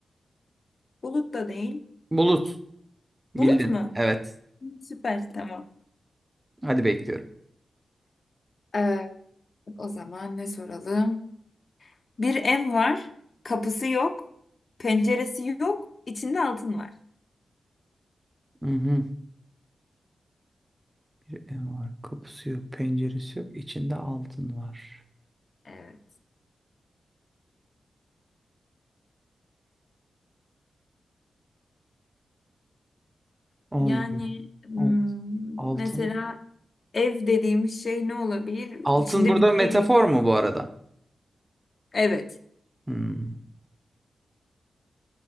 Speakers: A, on the left; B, on the right.
A: bulut da değil.
B: Bulut. Bildin.
A: Bulut mu?
B: Evet.
A: Süper tamam.
B: Hadi bekliyorum.
A: Ee, o zaman ne soralım? Bir ev var. Kapısı yok. Penceresi yok. içinde altın var.
B: Hı hı. Bir ev var. Kapısı yok. Penceresi yok. İçinde altın var.
A: Evet.
B: Allah'ım.
A: Yani hmm,
B: Altın. Altın.
A: mesela ev dediğimiz şey ne olabilir?
B: Altın
A: İçinde
B: burada
A: bir
B: metafor
A: şey.
B: mu bu arada?
A: Evet.
B: Hmm.